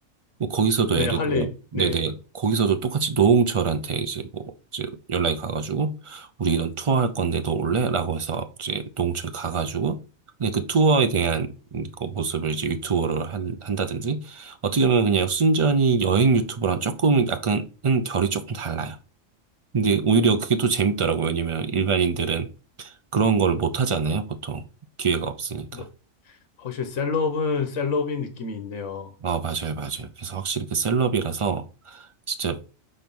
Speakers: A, on the right (about 45°); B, on the left (about 65°).
A: 뭐 거기서도
B: 네,
A: 예를
B: 할리,
A: 들어 네네
B: 네.
A: 거기서도 똑같이 노홍철한테 이제 뭐 이제 연락이 가가지고 우리 이런 투어 할 건데 너 올래?라고 해서 이제 노홍철 가가지고 근데 그 투어에 대한 그 모습을 이제 유튜버로 한, 한다든지 어떻게 보면 그냥 순전히 여행 유튜버랑 조금 약간은 결이 조금 달라요. 근데 오히려 그게 또 재밌더라고요. 왜냐면 일반인들은 그런 걸 못 하잖아요, 보통. 기회가 없으니까.
B: 너- 확실히 셀럽은 셀럽인 느낌이 있네요.
A: 아, 맞아요, 맞아요. 그래서 확실히 그 셀럽이라서 진짜